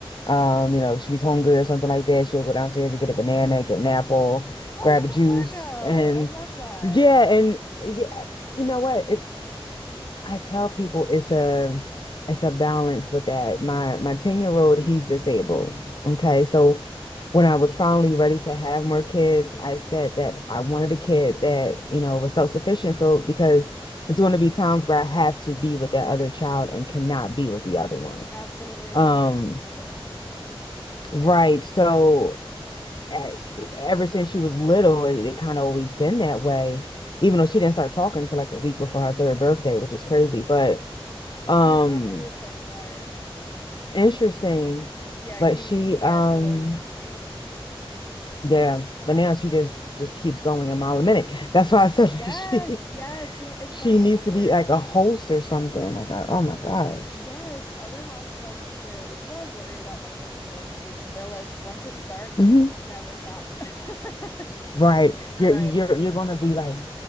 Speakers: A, on the left; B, on the left.
A: Um, you know, if she's hungry or something like that, she'll go downstairs and get a banana, get an apple,
B: Oh,
A: grab
B: look
A: a
B: at
A: juice,
B: her go!
A: and
B: I love that.
A: yeah, and yeah, you know what? It's I tell people it's a it's a balance with that. My my 10 year old, he's disabled. Okay. So when I was finally ready to have more kids, I said that I wanted a kid that, you know, was self-sufficient. So because there's going to be times where I have to be with that other child and cannot be with the other one.
B: Absolutely, that's
A: Um,
B: understandable.
A: right. So e- ever since she was little, it, it kind of always been that way, even though she didn't start talking until like a week before her third birthday, which is crazy. But um,
B: My son was the same way.
A: interesting.
B: Yeah,
A: But
B: he
A: she,
B: he
A: um,
B: had delayed speech.
A: yeah. But now she just just keeps going a mile a minute. That's why I said like
B: Yes,
A: <laughs> she
B: yes. You know, it's
A: she
B: funny.
A: needs
B: Other
A: to be like a host or something. Like, I, oh my gosh.
B: yes, other moms told me too because I was worried about my son's delayed speech, and they're like, once it starts,
A: Mhm.
B: it will never stop. <laughs>
A: Right. You're
B: You're right.
A: you're you're gonna be like,